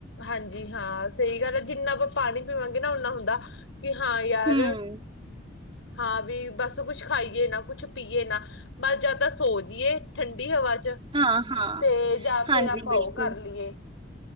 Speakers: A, on the left; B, on the right.
A: ਹਾਂਜੀ ਹਾਂ ਸਹੀ ਗੱਲ ਹੈ ਜਿੰਨਾ ਆਪਾਂ ਪਾਣੀ ਪੀਵਾਂਗੇ ਨਾ ਓਨਾ ਹੁੰਦਾ। ਕਿ ਹਾਂ ਯਾਰ,
B: ਹਮ
A: ਹਾਂ ਵੀ ਬਸ ਕੁਛ ਖਾਈਏ ਨਾ ਕੁਛ ਪੀਏ ਨਾ ਬਸ ਜਾਂ ਤਾਂ ਸੋ ਜਾਈਏ ਠੰਢਡੀ ਹਵਾ ਚ
B: ਹਾਂ ਹਾਂ
A: ਤੇ ਜਾਂ ਫੇਰ
B: ਹਾਂਜੀ
A: ਆਪਾਂ
B: ਬਿਲਕੁਲ
A: ਉਹ ਕਰ ਲਈਏ